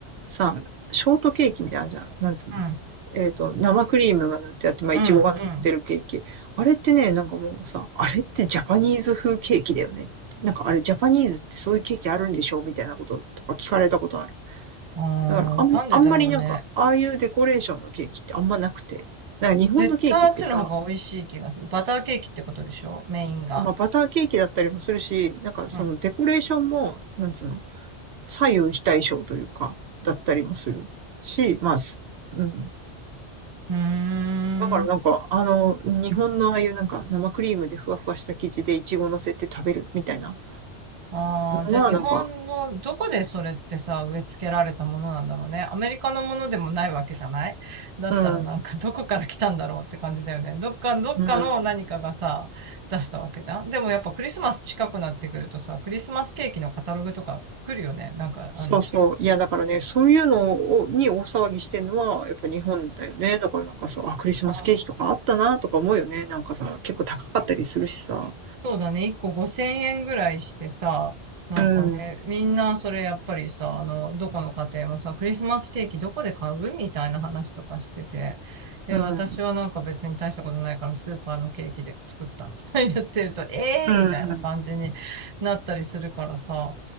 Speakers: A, on the right; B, on the right.
A: さ、ショートケーキみたいなのあるじゃん。なんつうのえっと、
B: うん、
A: 生クリームが塗ってあって、まあいちごが塗ってるケーキ。
B: うん、
A: あれってね、なんかもうさ、あれってジャパニーズ風ケーキだよねなんかあれジャパニーズってそういうケーキあるんでしょみたいなこととか聞かれたことある。
B: うん。
A: だからあん、
B: あー、なんでだろうね。
A: あんまりなんか、ああいうデコレーションのケーキってあんまなくて。なんか日本のケーキってさ、
B: 絶対あっちの方が美味しい気がする。バターケーキってことでしょメインが。
A: まあバターケーキだったりもするし、なんかそのデコレーションも、
B: うん。
A: なんつうの左右非対称というか、だったりもするし、まあ、うん。
B: うー
A: だからなんか、
B: ん。
A: あの、日本のああいうなんか生クリームでふわふわした生地でイチゴ乗せて食べるみたいな
B: ああ、じゃあ日本のどこでそれってさ、
A: のはなんか、
B: 植え付けられたものなんだろうね。アメリカのものでもないわけじゃないだったらなんか
A: うん、
B: <laughs> どこから来たんだろうって感じだよね。どっか、どっかの何かがさ、
A: うん、
B: 出したわけじゃん。でもやっぱクリスマス近くなってくるとさ、クリスマスケーキのカタログとか来るよね。なんかあの、
A: そうそう。いや、だからね、そういうのを、に大騒ぎしてるのは、やっぱ日本だよね。だからなんかさ、あ、クリスマスケーキとかあったなとか思うよね。
B: あ
A: なんかさ、結構高かったりするしさ。
B: そうだね、1個5000円ぐらいしてさ、なんかね、
A: うん、うん、
B: みんなそれやっぱりさ、あの、どこの家庭もさ、クリスマスケーキどこで買うみたいな話とかしてて、で、
A: うん、
B: 私はなんか別に大したことないからスーパーのケーキで作ったって言 <laughs> ってると、ええー、
A: うん、
B: みたいな感じになったりするからさ、